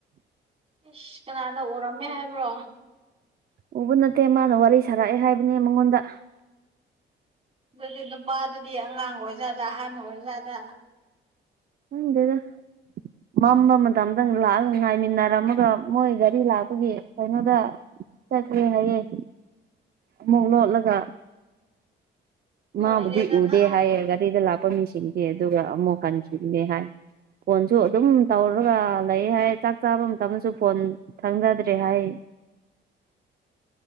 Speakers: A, on the right; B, on the right.
A: ꯏꯁꯁ ꯀꯅꯥꯅ ꯎꯔꯝꯃꯦ ꯍꯥꯏꯕ꯭ꯔꯣ
B: ꯎꯕ ꯅꯠꯇꯦ ꯃꯥꯅ ꯋꯥꯔꯤ ꯁꯥꯔꯛꯑꯦ ꯍꯥꯏꯕꯅꯦ ꯃꯉꯣꯟꯗ
A: ꯑꯗꯨꯗꯤ ꯅꯨꯄꯥꯗꯨꯗꯤ ꯑꯉꯥꯡ ꯑꯣꯏꯔꯖꯥꯗ ꯑꯍꯟ ꯑꯣꯏꯔꯖꯥꯠꯗ
B: ꯎꯗꯦꯗ ꯃꯝꯕ ꯃꯇꯝꯗꯪ ꯂꯥꯛꯑꯒ ꯉꯥꯏꯃꯤꯟꯅꯔꯝꯃꯒ ꯃꯣꯏ ꯒꯥꯔꯤ ꯂꯥꯛꯄꯒꯤ ꯀꯩꯅꯣꯗ ꯆꯠꯈ꯭ꯔꯦ ꯍꯥꯏꯌꯦꯦ ꯑꯃꯨꯛ ꯂꯣꯠꯂꯒ
A: ꯂꯣꯏꯔꯦꯗꯅ
B: ꯃꯥꯕꯨꯗꯤ ꯎꯗꯦ ꯍꯥꯏꯌꯦ ꯒꯥꯔꯤꯗ ꯂꯥꯛꯄ ꯃꯤꯁꯤꯡꯗꯤ ꯑꯗꯨꯒ ꯑꯃꯨꯛ ꯍꯟꯈꯤꯗꯦ ꯍꯥꯏ ꯐꯣꯟꯁꯨ ꯑꯗꯨꯝ ꯇꯧꯔꯒ ꯂꯩ ꯍꯥꯏ ꯆꯥꯛ ꯆꯥꯕ ꯃꯇꯝꯗꯁꯨ ꯐꯣꯟ ꯊꯪꯖꯗ꯭ꯔꯦ ꯍꯥꯏ